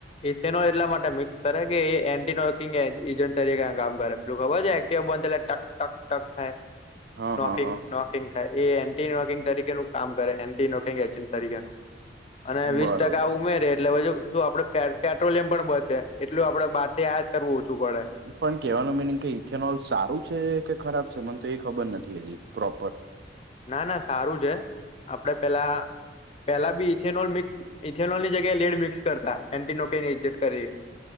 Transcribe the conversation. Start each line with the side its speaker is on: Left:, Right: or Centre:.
Left: ઇથેનોલ એટલા માટે મિક્સ કરે કે એ એન્ટિનોકિંગ એજન્ટ તરીકે કામ કરે પેલું ખબર છે? એક્ટ બંધ ટક ટક ટક થાય.
Right: હા
Left: નોંકીગ
Right: હા હા
Left: ન થાય. એ એન્ટી નોકિંગ તરીકેનું કામ કરે એન્ટી નોકિંગ એજન્ટ તરીકેનું અને વીસ
Right: બરોબર
Left: ટકા ઉમેરે, એટલે પછી શું? આપડે પેટ્રોલિયમ પણ બચે. એટલું આપડે બારથી આયાત કરવું ઓછું પડે.
Right: પણ કેહેવાનું મિનિંગ કે ઇથેનોલ સારું છે કે ખરાબ છે મને તો એ ખબર નથી, હજી પ્રોપર.
Left: ના ના સારું છે. આપડે પેલા પહેલા બી ઇથેનોલ મિક્સ, ઇથેનોલની જઞ્યાએ લીડ મિક્સ કરતા. એનટીનોની કરી